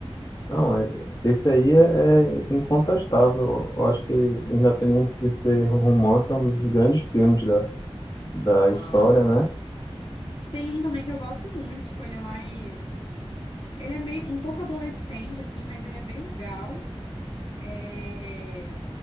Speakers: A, on the left; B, on the left.
A: Não, é- esse aí é, é incontestável. Eu acho que, independente de ser um romance, é um dos grandes filmes da, da
B: Aham.
A: história, né?
B: Tem um também que eu gosto muito, tipo, ele é mais. Ele é meio um pouco adolescente, assim, mas ele é bem legal. É,